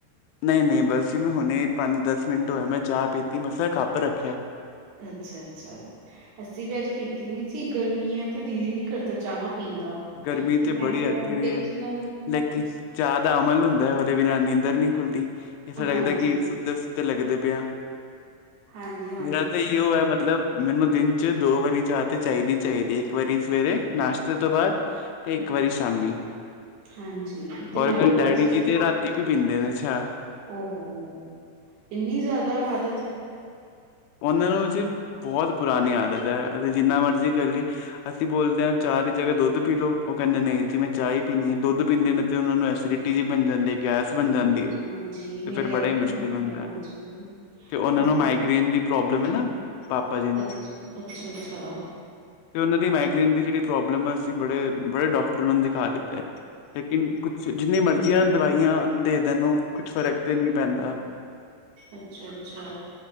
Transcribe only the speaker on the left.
ਨਹੀਂ-ਨਹੀਂ, ਬਸ ਜੀ ਮੈਂ ਹੁਣੇ ਪੰਜ ਦਸ ਮਿੰਟ ਹੋਇਆ ਮੈਂ ਚਾਹ ਪੀਤੀ, ਬਸ ਮੈਂ ਕੱਪ ਰੱਖਿਆ।
ਗਰਮੀ
ਬੜੀ
ਇੱਥੇ ਵੀ
ਹੈ ਲੇਕਿਨ ਚਾਹ ਦਾ ਅਮਲ ਹੁੰਦਾ, ਉਹਦੇ ਬਿਨਾਂ ਨੀਂਦਰ ਨੀ ਖੁੱਲਦੀ, ਐਸਾ ਲੱਗਦਾ
ਕਿ ਸੁੱਤੇ ਸੁ ਤੇ ਲੱਗਦੇ ਪਏ ਆ,
ਮੇਰਾ ਤਾਂ ਇਹੀਓ ਐ ਮਤਲਬ ਮੈਨੂੰ ਦਿਨ 'ਚ- ਦੋ ਵਾਰੀ ਚਾਹ ਤੇ ਚਾਹੀਦੀ- ਚਾਹੀਦੀ ਇੱਕ ਵਾਰੀ ਸਵੇਰੇ ਨਾਸ਼ਤੇ ਤੋਂ ਬਾਅਦ, ਤੇ ਇੱਕ ਵਾਰੀ ਸ਼ਾਮੀ।
ਓਹ
ਮੇਰੇ
ਡੈਡੀ
ਜੀ ਤੇ ਰਾਤ- ਰਾਤੀ ਵੀ ਪੀਂਦੇ ਨੇ ਚਾਂ।
ਉਹਨਾਂ ਨੂੰ ਜੀ ਬਹੁਤ ਪੁਰਾਣੀ ਆਦਤ ਹੈ। ਅਸੀਂ ਜਿੰਨਾ ਮਰਜ਼ੀ ਕਹਿ ਲਈਏ। ਅਸੀਂ ਬੋਲਦੇ ਹਾਂ ਚਾਹ ਦੀ ਜਗ੍ਹਾ ਦੁੱਧ ਪੀ ਲਓ, ਉਹ ਕਹਿੰਦੇ ਨਹੀਂ ਜੀ ਮੈਂ ਚਾਹ ਹੀ ਪੀਣੀ ਹੈ। ਦੁੱਧ ਪੀਂਦੇ ਨੇ ਤੇ ਉਹਨਾਂ ਨੂੰ ਐਸਿਰਿਟੀ, ਟੀ ਬਣ ਜਾਂਦੀ ਹੈ। ਗੈਸ ਬਣ ਜਾਂਦੀ
ਹੈ ਤੇ
ਫਿਰ
ਬੜਾ ਹੀ
ਮੁਸ਼ਕਿਲ
ਹੈ ਤੇ ਉਹਨਾਂ
ਨੂੰ ਮਾਈਗ੍ਰੇਨ
ਦੀ ਪ੍ਰੋਬਲਮ ਹੈ ਨਾ
ਪਾਪਾ ਜੀ ਨੂੰ
ਤੇ ਉਹਨਾਂ ਦੀ ਮਾਈਗ੍ਰੇਨ ਦੀ ਜਿਹੜੀ ਪ੍ਰੋਬਲਮ ਹੈਂ। ਅਸੀਂ ਬੜੇ, ਬੜੇ ਡਾਕਟਰ ਨੂੰ ਦਿਖਾ ਦਿੱਤਾ ਹੈ। ਇਣ ਕੁਛ ਜਿੰਨਨੀ ਮਰਜ਼ੀਆਂ ਦਵਾਈਆਂ ਦੇ ਦੇਣ ਉਹ ਕੁਛ ਫ਼ਰਕ ਤੇ ਨਹੀਂ ਪੈਂਦਾ।